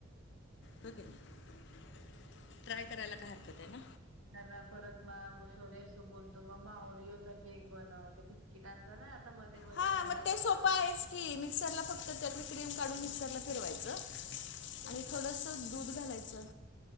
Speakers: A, on the left; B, on the right.
A: होय की नाई, ट्राय करायला काय हरकत हाय ना.
B: ना परत म <unintelligible> शोरे असं बोलतो, मम्मा ओरिओचा केक बनव. बिस्कीटांचा ना आता मध्ये मध्ये
A: हां
B: निघालं
A: मग ते सोपं
B: होतं.
A: आहेच की मिक्सर ला फक्त त्यातली क्रीम काढून मिक्सरला फिरवायचं. चं, आणि थोडसं दूध घालायचं,